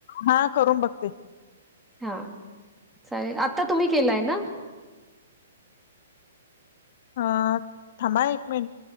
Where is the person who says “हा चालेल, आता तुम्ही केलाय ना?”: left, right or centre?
Centre